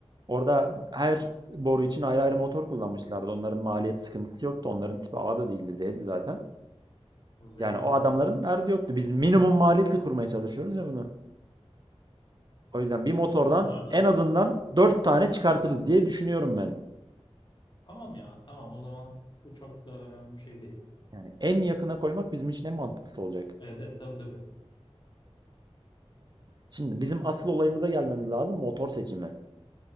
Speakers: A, on the right; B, on the left.
A: Orada her boru için ayrı ayrı motor kullanmışlardı. Onların maliyet sıkıntısı yoktu. Onların tipi A da değildi, Z'di zaten.
B: o Z'ydi
A: Yani o
B: evet.
A: adamların derdi yoktu. Biz minimum maliyetle kurmaya çalışıyoruz ya bunu. O yüzden bir motordan
B: Onlar da
A: en azından 4 tane çıkartırız diye düşünüyorum ben.
B: Tamam ya tamam o zaman bu çok da önemli bir şey değil.
A: Yani en yakına koymak bizim için en mantıklısı olacak.
B: Evet evet tabii tabii.
A: Şimdi bizim asıl olayımıza gelmemiz lazım motor seçimi.